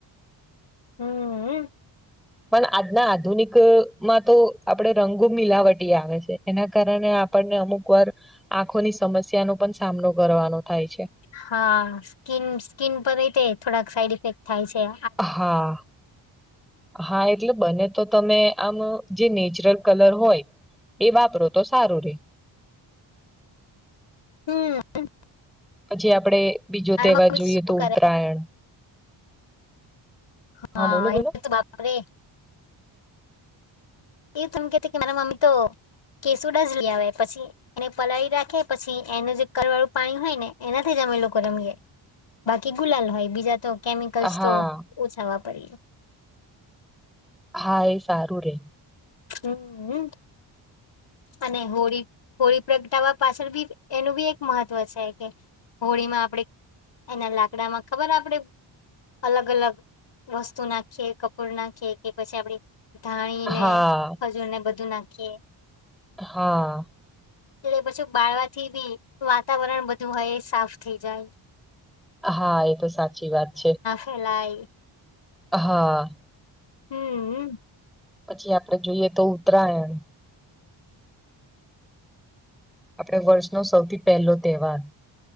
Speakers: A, on the left; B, in the centre.
A: હમ હમ
B: પણ આજના આધુનિકમાં તો આપડે રંગો મિલાવટી આવે છે. એના કારણે આપણને અમુક વાર આંખોની સમસ્યાનો પણ સામનો કરવાનો થાય છે.
A: હા સ્કીન સ્કીન પરે તે થોડાક સાઈડ ઇફેક્ટ થાય સે.
B: હા હા એટલે બને તો તમે આમ જે નેચરલ કલર હોય. એ વાપરો તો સારું રે.
A: હમ અમ
B: પછી આપણે બીજો તહેવાર
A: મમ્મી
B: જોઈએ
A: શું
B: તો
A: કરે
B: ઉત્તરાયણ
A: હા
B: બોલો બોલો
A: એ તો બાપ રે! ઈ તમ કેતી કે મારા મમ્મી તો કેસુડા જ લઈ આવે પછી એને પલાળી રાખે પછી એનું જે કરળ વાળું પાણી હોય ને એનાથી જ અમે લોકો રમીએ. બાકી ગુલાલ હોય બીજા તો કેમિકલ્સ
B: હા
A: તો ઓછા વાપરીએ.
B: હા એ સારું રે.
A: હમ અમ અને હોળી હોળી પ્રગટાવા પાછળ બી એનું બી એક મહત્વ છે કે હોળીમાં આપણેે એના લાકડામાં ખબર આપડે અલગ અલગ વસ્તુ નાખીએ કપૂર નાખીએ કે પછી આપડી ધાણી ને
B: હા
A: ખજૂર ને બધું નાખીએ.
B: હા
A: એટલે પછી બાળવાથી બી વાતાવરણ બધું હોય એ સાફ થઈ જાય.
B: હા એ તો સાચી વાત છે.
A: ખેલાઈ
B: હા
A: હમમમ
B: પછી આપણે જોઈએ તો ઉત્તરાયણ આપડે વર્ષનો સૌથી પેલો તહેવાર.